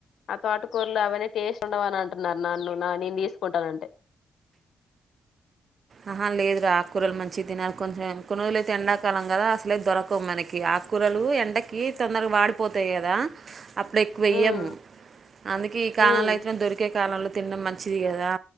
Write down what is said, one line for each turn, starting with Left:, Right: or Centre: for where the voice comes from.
Left: ఆ తోటకూరలు అవన్నీ టేస్ట్ ఉండవు అనంటున్నారు నన్ను నా నేను తీసుకుంటానంటే
Right: ఆహా లేదురా ఆకుకూరలు మంచిగా తినాలి కొంచెం కొన్ని రోజులుయితే ఎండాకాలం కదా అసలైతే దొరకవు మనకి ఆక్కూరలు ఎండకి తొందరగా వాడిపోతాయి కదా అప్పుడు ఎక్కువ ఎయ్యాము
Left: ఉమ్
Right: అందుకే ఈ కాలంలో
Left: ఉమ్
Right: అయితే దొరికే కాలంలో తినడం మంచిది కదా